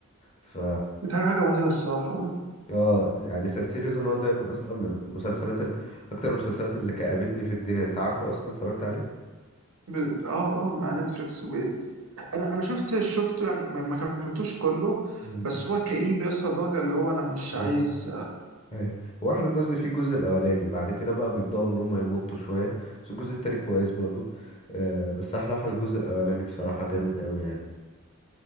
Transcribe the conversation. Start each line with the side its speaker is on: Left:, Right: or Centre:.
Left: ف
Right: دي حاجة وحشة الصراحة و...
Left: اه يعني 13 ريزون واي ده من أصلا من المسلسلات ال... أكتر المسلسلات اللي كأبتني في الدنيا أنت عارفه أصلا اتفرجت عليه؟
Right: ب- اه اه مع نتفليكس و... انا انا شفت شفته يعني ما ما كملتوش كله
Left: مم.
Right: بس هو كئيب يوصل لدرجة اللي هو انا مش عايز
Left: آه. ايوه هو احلى جزء فيه الجزء الاولاني بعد كده بقى بيبداوا ان هم يمطوا شويه بس الجزء التاني كويس برضو آه بس احلى واحد الجزء الاولاني بصراحه جامد قوي يعني